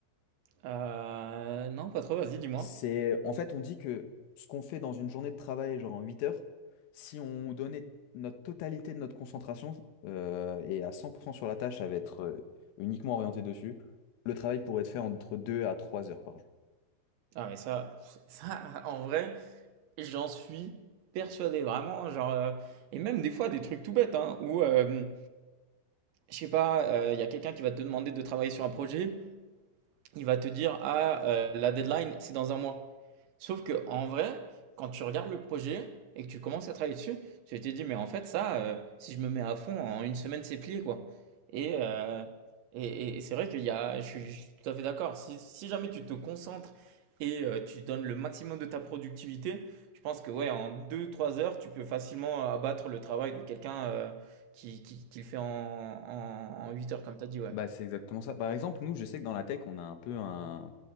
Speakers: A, on the right; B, on the left.
A: Heu, non, pas trop, vas-y, dis-moi.
B: C'est, en fait, on dit que ce qu'on fait dans une journée de travail, genre en 8 heures, si on donnait notre totalité de notre concentration euh, et à 100% sur la tâche, ça va être euh, uniquement orienté dessus, le travail pourrait être fait entre 2 à 3 heures par jour.
A: Ah mais ça ça en vrai, j'en suis persuadé vraiment genre, heu et même des fois des trucs tout bêtes, hein, où, hem, je sais pas, heu, il y a quelqu'un qui va te demander de travailler sur un projet il va te dire, ah, euh, la deadline, c'est dans un mois. Sauf que en vrai, quand tu regardes le projet et que tu commences à travailler dessus, tu te dis, mais en fait, ça, euh, si je me mets à fond, en une semaine, c'est plié, quoi. Et, euh, et, et- et c'est vrai qu'il y a, je suis, je suis tout à fait d'accord. Si, si jamais tu te concentres et euh, tu donnes le maximum de ta productivité, je pense que, ouais, en deux trois heures, tu peux facilement abattre le travail de quelqu'un euh, qui, qui, qui le fait en, en, en 8 heures, comme tu as dit, ouais.
B: Bah, c'est exactement ça. Par exemple, nous, je sais que dans la tech, on a un peu un-